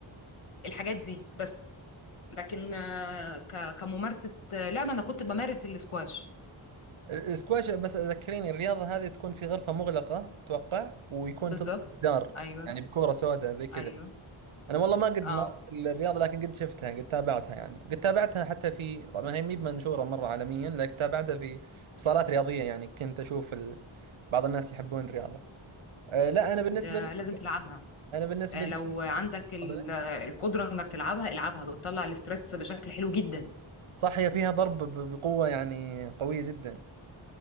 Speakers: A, on the left; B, on the right.
A: الحاجات دي بس لكن آه ك... كممارسه آه، لعبه انا كنت بمارس الاسكواش
B: السكواش بس ذكريني الرياضة هذه تكون في غرفة مغلقة توقع ويكون
A: بالظبط
B: تضرب جدار
A: ايوه
B: يعني بكورة سوداء زي كذا
A: ايوه
B: انا والله ما قد
A: اه
B: مارست الرياضه لكن قد شفتها قد تابعتها يعني قد تابعتها حتى في طبعا هي مي منشوره مره عالميا لكن تابعتها في في صالات رياضيه يعني كنت اشوف ال... بعض الناس يحبون الرياضه أه لا انا بالنسبه
A: آه،
B: لي
A: لازم تلعبها
B: انا بالنسبه
A: آه،
B: لي
A: لو عندك ال-
B: تفضل.
A: القدرة انك تلعبها العبها بتطلع الاسترس بشكل حلو جدا
B: صح هي فيها ضرب ب- بقوه يعني قويه جدا